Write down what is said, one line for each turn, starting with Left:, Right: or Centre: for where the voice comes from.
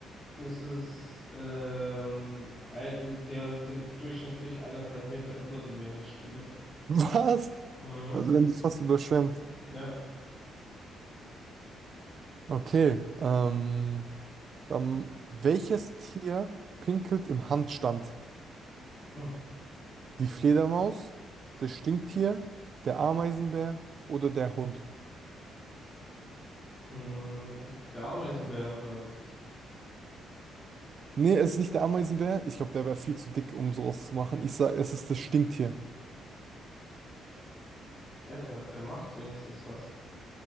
Left: das ist, ähm, ein, die sind durchschnittlich eineinhalb Meter über dem Meeresspiegel.
Right: <laughs> Was?
Left: Mhm.
Right: Also, dann ist fast überschwemmt.
Left: Ja.
Right: Okay, ähm, dann welches Tier pinkelt im Handstand?
Left: Hm.
Right: Die Fledermaus, das Stinktier, der Ameisenbär oder der Hund?
Left: Mm, Der Ameisenbär oder, was?
Right: Nee, es ist nicht der Ameisenbär. Ich glaube, der wäre viel zu dick, um sowas zu machen. Ich sag, es ist das Stinktier.
Left: Alter, der macht wenigstens was.